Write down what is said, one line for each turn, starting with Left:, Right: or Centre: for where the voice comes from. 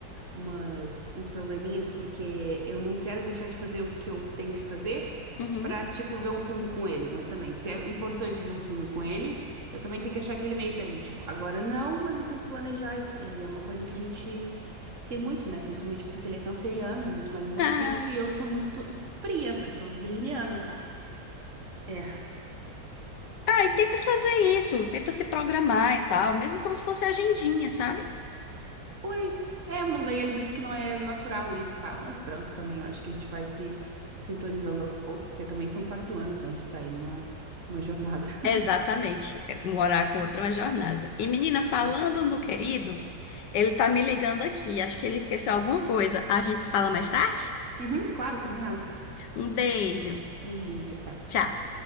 Right: umas, uns probleminhas, porque eu não quero deixar de fazer o que eu tenho que fazer
Left: Uhum.
Right: pra, tipo, ver um filme com ele. Mas também, se é importante ver um filme com ele, eu também tenho que achar aquele meio termo. Tipo, agora não, mas eu tenho que planejar. E, e é uma coisa que a gente. que tem muito, né? Principalmente porque ele é canceriano, é muito mais emotivo,
Left: <laughs> Ah,
Right: e eu sou muito fria, porque eu sou virginiana, sabe? É,
Left: Ah, e tenta fazer isso, tenta se programar e tal, mesmo como se fosse agendinha, sabe?
Right: Pois, é, mas daí ele diz que não é natural isso, sabe? Mas pronto, também eu acho que a gente vai se sintonizando aos poucos, porque também são quatro anos, né? A gente tá aí numa, numa jornada. <laughs>
Left: Exatamente, é morar com outra é uma jornada. E menina, falando
Right: Pois.
Left: no querido, ele tá me ligando aqui, acho que ele esqueceu alguma coisa. A gente se fala mais tarde?
Right: Uhum, claro, combinado.
Left: Um beijo,
Right: Beijinho, tchau, tchau.
Left: tchau.